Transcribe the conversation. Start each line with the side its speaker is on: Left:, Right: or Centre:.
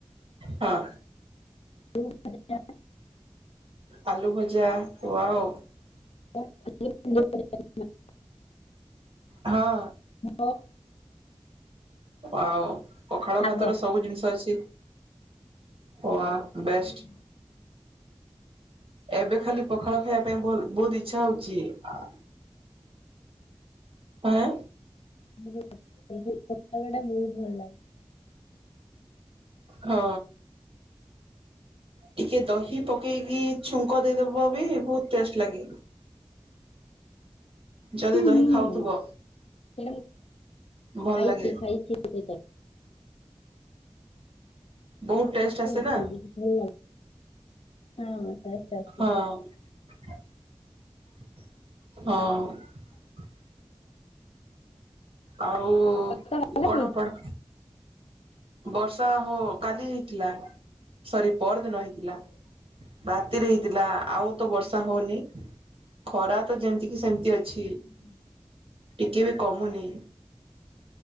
Right: ହଁ।
Left: <unintelligible>
Right: ଆଲୁ ଭଜା। ଭଜା ୱାଓ।
Left: <unintelligible>
Right: ହଁ।
Left: ଆଉ
Right: ଆଉ ପଖାଳ
Left: ଶାଗ।
Right: ଭାତର ସବୁ ଜିନିଷ ଅଛି। ଓ-ଆ ବେଷ୍ଟ।
Left: ହଁ
Right: ଏବେ ଖାଲି ପଖାଳ ଖାଇବା ପାଇଁ ଭଲ, ବୋହୁତ ଇଚ୍ଛା ହଉଚି ଆ ଆଁ?
Left: <unintelligible> ସେ ପୋଟଳଟା ବହୁତ ଭଲ। ଲାଗୁଛି।
Right: ହଁ। ଟିକେ ଦହି ପ କେଇକି ଛୁଙ୍କ ଦେଇଦବ ବି ବହୁତ ଟେଷ୍ଟ ଲାଗେ। ଯଦି
Left: ହୁଁ
Right: ଦହି
Left: ହୁଁ
Right: ଖାଉଥିବ
Left: ସେଇଟା ମୁଁ
Right: ଭଲ
Left: ଖାଇଛି
Right: ଲାଗେ।
Left: ଖାଇଛି।
Right: ବହୁତ ଟେଷ୍ଟ ଆସେ
Left: ଯାଇଛି
Right: ନା।
Left: ଭଲ ହଁ ବା। <unintelligible> ଆସିନି।
Right: ହଁ। ହଁ। ଆଉ
Left: ହେଲା
Right: କଣ
Left: କି
Right: ପଣ ବର୍ଷା ହ କାଲି ହେଇଥିଲା, ସରି ପଅର ଦିନ ହେଇଥିଲା ରାତିରେ ହେଇଥିଲା, ଆଉ ତ ବର୍ଷା ହଉନି। ଖରା ତ ଯେମିତି କି ସେମିତି ଅଛି।
Left: ହୁଁ।
Right: ଟିକେ ବି କମୁନି।